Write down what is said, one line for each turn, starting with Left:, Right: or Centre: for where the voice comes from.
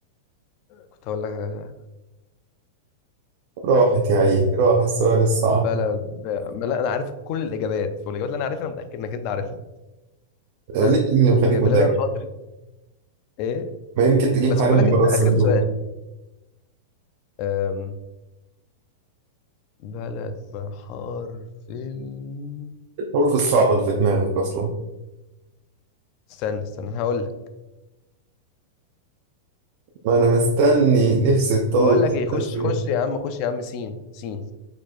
Left: كنت هقول لك
Right: راحت يا عيني
Left: على-
Right: راح السؤال الصعب
Left: بلد ب... ما لا انا عارف كل الاجابات والاجابات اللي انا عارفها انا متاكد انك انت عارفها
Right: ليه
Left: فاهم
Right: إيه اللي مخليك
Left: هي بلاد
Right: متأكد
Left: الحضري ايه
Right: ما يمكن تجيب
Left: بس
Right: حاجة
Left: خد بالك
Right: من بره
Left: انت
Right: الصندوق
Left: اخر سؤال أم... بلد بحرف ال
Right: الحروف الصعبة اللي في دماغك أصلا
Left: استنى استنى هقول
Right: ما أنا مستني نفسي تطلع
Left: بقول لك
Right: سؤال
Left: ايه خش
Right: كده.
Left: خش يا عم خش يا عم سين سين